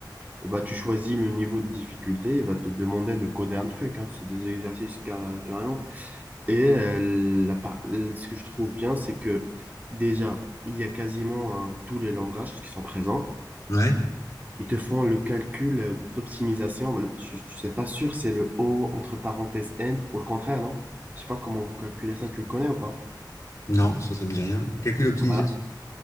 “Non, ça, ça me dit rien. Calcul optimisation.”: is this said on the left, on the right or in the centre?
Left